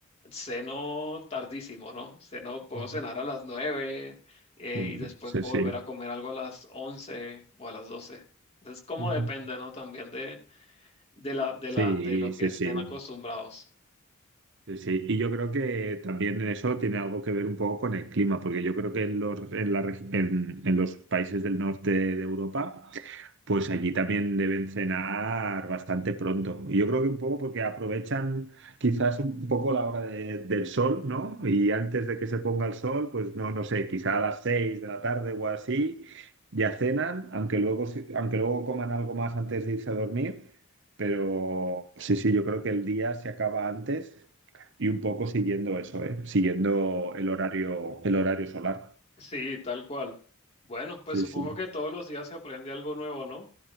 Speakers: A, on the left; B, on the right.
A: ceno tardísimo, ¿no? Ceno, puedo
B: ujú,
A: cenar a las nueve eh,
B: Mm,
A: y después
B: Sí,
A: puedo
B: sí.
A: volver a comer algo a las once o a las doce. Entonces, como
B: ujú.
A: depende, ¿no? También de, de la, de
B: Sí,
A: la, de lo que
B: sí,
A: estén
B: sí.
A: acostumbrados.
B: Sí, sí. Y yo creo que también en eso tiene algo que ver un poco con el clima, porque yo creo que en los, en la reg- en- en los países del norte de Europa Pues allí también deben cenar bastante pronto. Y Yo creo que un poco porque aprovechan quizás un poco la hora de- del sol, ¿no? Y antes de que se ponga el sol, pues no, no sé, quizá a las seis de la tarde o así, ya cenan, aunque luego, se- aunque luego coman algo más antes de irse a dormir. Pero sí, sí, yo creo que el día se acaba antes y un poco siguiendo eso, ¿eh? Siguiendo el horario, el horario solar.
A: Sí, tal cual. Bueno, pues
B: Sí,
A: supongo
B: sí.
A: que todos los días se aprende algo nuevo, ¿no?